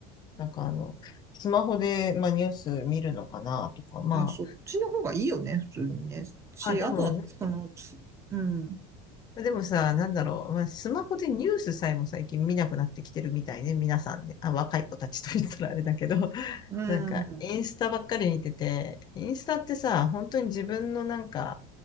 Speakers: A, on the left; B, on the right.
A: なんかあの、スマホで、まあ、ニュース見るのかなとか、ま
B: まあ、そっちの方がいいよね、普通にね。し、
A: あ、あ、でもね、
B: あとは、その、つうん、
A: でもさ、なんだろう。まあ、スマホでニュースさえも最近見なくなってきてるみたいね。皆さんね。あ、若い子たちと言ったらあれだけど。<laughs>
B: うん、
A: なんか、インスタばっかり見てて、インスタってさ、本当に自分のなんか、